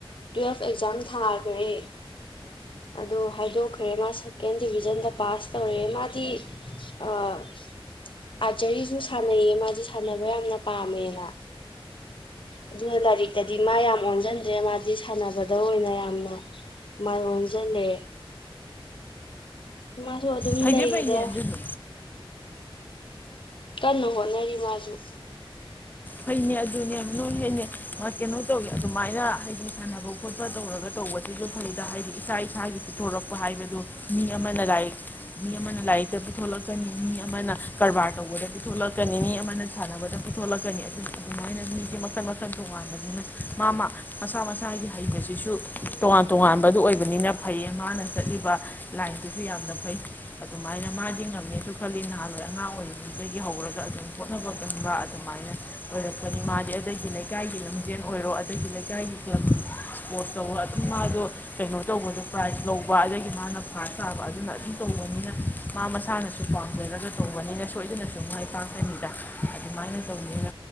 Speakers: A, on the left; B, on the left.
A: ꯇꯨꯋꯦꯜꯐ ꯑꯦꯛꯖꯥꯝ ꯊꯥꯈ꯭ꯔꯦ ꯑꯗꯨ ꯍꯥꯏꯗꯣꯛꯈ꯭ꯔꯦ ꯃꯥ ꯁꯦꯀꯦꯟ ꯗꯤꯚꯖꯟꯗ ꯄꯥꯁ ꯇꯧꯔꯑꯦ ꯃꯥꯗꯤ ꯑꯥꯔꯆꯔꯤꯁꯨ ꯁꯥꯟꯅꯩꯌꯦ ꯃꯥꯁꯦ ꯁꯥꯟꯅꯕ ꯌꯥꯝꯅ ꯄꯥꯝꯃꯦꯅ ꯑꯗꯨꯒ ꯂꯥꯏꯔꯤꯛꯇꯗꯤ ꯃꯥ ꯌꯥꯝ ꯑꯣꯟꯁꯤꯟꯗ꯭ꯔꯦ ꯃꯥꯗꯤ ꯁꯥꯟꯅꯕꯗ ꯑꯣꯏꯅ ꯌꯥꯝꯅ ꯃꯥꯏ ꯑꯣꯟꯁꯤꯜꯂꯦ ꯃꯥꯁꯨ ꯑꯗꯨꯝ
B: ꯐꯩꯅꯦ
A: ꯂꯩꯔꯤꯗ
B: ꯐꯩꯅꯦ ꯑꯗꯨꯁꯨ
A: ꯀꯟꯅ ꯍꯣꯠꯅꯔꯤ ꯃꯥꯁꯨ
B: ꯐꯩꯅꯦ ꯑꯗꯨꯅꯦ ꯅꯣꯏ ꯍꯦꯅꯦ ꯃꯥ ꯀꯩꯅꯣ ꯇꯧꯋꯤ ꯑꯗꯨꯃꯥꯏꯅ ꯍꯥꯏꯗꯤ ꯁꯥꯟꯅꯕ ꯈꯣꯠꯄ ꯇꯧꯔꯒ ꯇꯧꯕꯁꯤꯁꯨ ꯐꯩꯗ ꯍꯥꯏꯗꯤ ꯏꯁꯥ ꯏꯁꯥꯒꯤ ꯄꯨꯤꯊꯣꯔꯛꯄ ꯍꯥꯏꯕꯗꯨ ꯃꯤ ꯑꯃꯅ ꯂꯥꯏꯛ ꯃꯤ ꯑꯃꯅ ꯂꯥꯏꯔꯤꯛꯇ ꯄꯤꯊꯂꯛꯀꯅꯤ ꯃꯤ ꯑꯃꯅ ꯀꯔꯕꯥꯔ ꯇꯧꯕꯗ ꯄꯤꯊꯣꯛꯂꯛꯀꯅꯤ ꯃꯤ ꯑꯃꯅ ꯁꯥꯟꯅꯕꯗ ꯄꯤꯊꯣꯛꯂꯛꯀꯅꯤ ꯑꯗꯨ ꯑꯗꯨꯃꯥꯏꯅ ꯃꯤꯁꯦ ꯃꯈꯟ ꯃꯈꯟ ꯇꯣꯉꯥꯟꯕꯅꯤꯅ ꯃꯥ ꯃꯥ ꯃꯁꯥ ꯃꯁꯥꯒꯤ ꯍꯩꯕꯁꯤꯁꯨ ꯇꯣꯉꯥꯟ ꯇꯣꯉꯥꯟꯕꯗꯨ ꯑꯣꯏꯕꯅꯤꯅ ꯐꯩꯌꯦ ꯃꯥꯅ ꯆꯠꯂꯤꯕ ꯂꯥꯏꯟꯗꯨꯁꯨ ꯌꯥꯝꯅ ꯐꯩ ꯑꯗꯨꯃꯥꯏꯅ ꯃꯥꯗꯤ ꯉꯝꯃꯦꯁꯨ ꯈꯜꯂꯤ ꯅꯍꯥꯟꯋꯥꯏ ꯑꯉꯥꯡ ꯑꯣꯏꯔꯤ ꯗꯒꯤ ꯍꯧꯔꯒ ꯑꯗꯨꯝ ꯍꯣꯠꯅꯕ ꯀꯟꯕ ꯑꯗꯨꯃꯥꯏꯅ ꯑꯣꯏꯔꯛꯄꯅꯤ ꯃꯥꯗꯤ ꯑꯗꯒꯤ ꯂꯩꯀꯥꯏꯒꯤ ꯂꯝꯖꯦꯟ ꯑꯣꯏꯔꯣ ꯑꯗꯒꯤ ꯂꯩꯀꯥꯏꯒꯤ ꯀ꯭ꯂ ꯄꯣꯔꯠ ꯇꯧꯕ ꯑꯗꯨꯝ ꯃꯥꯗꯣ ꯀꯩꯅꯣ ꯇꯧꯕꯗꯣ ꯄ꯭ꯔꯥꯏꯖ ꯂꯧꯕ ꯑꯗꯒꯤ ꯃꯥꯅ ꯐꯥꯔꯥꯁ ꯇꯥꯕ ꯑꯗꯨꯅ ꯑꯗꯨꯝ ꯇꯧꯕꯅꯤꯅ ꯃꯥ ꯃꯁꯥꯅ ꯁꯨ ꯄꯥꯝꯖꯔꯒꯁꯨ ꯇꯣꯡꯧꯕꯅꯤꯅ ꯁꯣꯏꯗꯅꯁꯨ ꯃꯥꯏ ꯄꯥꯛꯇꯅꯤꯗ ꯑꯗꯨꯃꯥꯏꯅ ꯇꯧꯕ